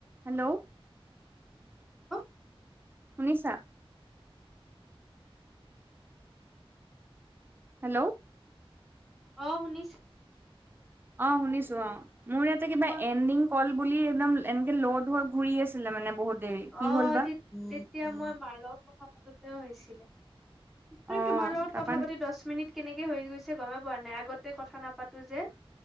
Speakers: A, on the right; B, in the centre.
A: Hello.
B: অ
A: শুনিছা? Hello.
B: অ শুনিছো।
A: অ শুনিছো অ। মোৰ ইয়াতে কিবা
B: তোমাৰ
A: এনডিং কল বুলি একদম এনেকে ল'ধ হৈ ঘূৰি আছিলে মানে বহুত। দেৰি কি
B: অ
A: হ'ল বা
B: তেতিয়া মই মাৰ লগত কথা পাতোতেও হৈছিলে।
A: অ
B: তোমাৰ লগত
A: তাৰপা
B: কথা পাতি দহ মিনিট কেনেকে হৈ গৈছে গমে পোৱা নাই, আগতে কথা নাপাতো যে